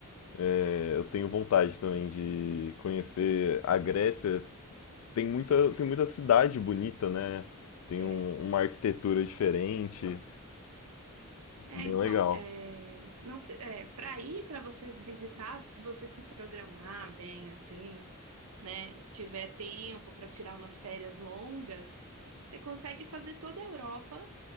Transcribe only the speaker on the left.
é, eu tenho vontade também de conhecer a Grécia tem muita, tem muita cidade bonita, né? Tem
um- uma arquitetura diferente,
bem
legal.